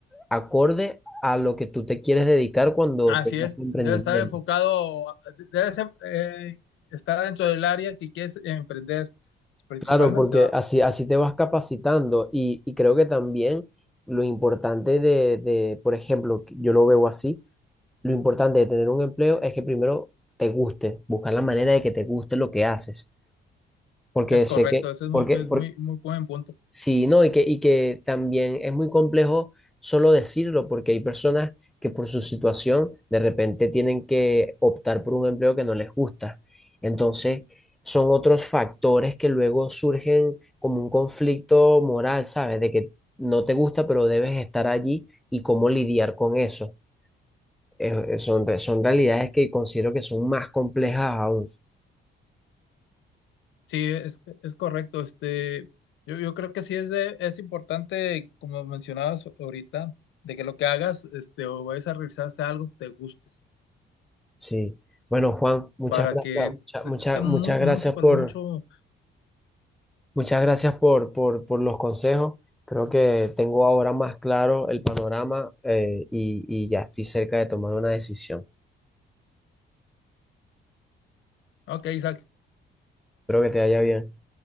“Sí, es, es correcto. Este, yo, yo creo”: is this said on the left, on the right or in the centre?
Left